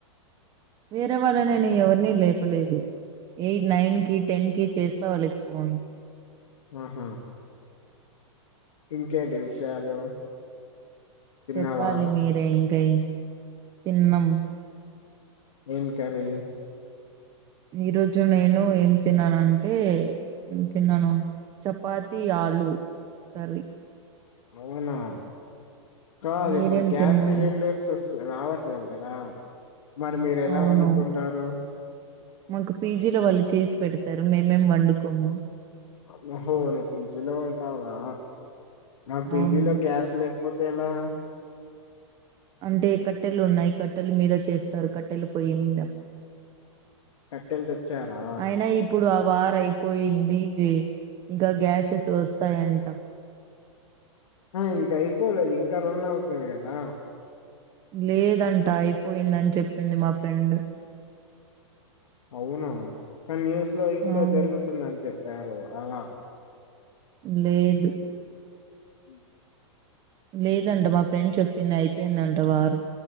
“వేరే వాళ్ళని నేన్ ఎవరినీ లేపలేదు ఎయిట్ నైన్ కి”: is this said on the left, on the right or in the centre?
Right